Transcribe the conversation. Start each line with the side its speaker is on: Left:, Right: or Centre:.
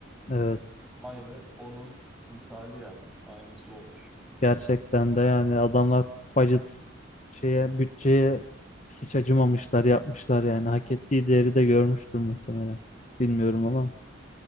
Left: Evet.
Centre: Aynı onun timsali yani. Aynısı olmuş.
Left: Gerçekten de yani adamlar budget şeye bütçeye hiç acımamışlar yapmışlar yani hak ettiği değeri de görmüştür muhtemelen. Bilmiyorum ama